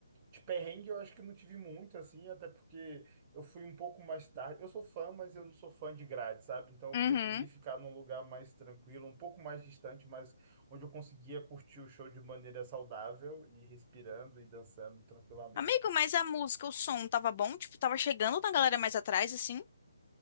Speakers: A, on the right (about 25°); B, on the left (about 35°).
A: De perrengue eu acho que não tive muito, assim, até porque eu fui um pouco mais tarde. Eu sou fã, mas eu não sou fã de grade, sabe? Então eu
B: Uhum.
A: preferi ficar num lugar mais tranquilo, um pouco mais distante, mas onde eu conseguia curtir o show de maneira saudável e respirando e dançando tranquilamente.
B: Amigo, mas a música, o som tava bom? Tipo, tava chegando na galera mais atrás, assim?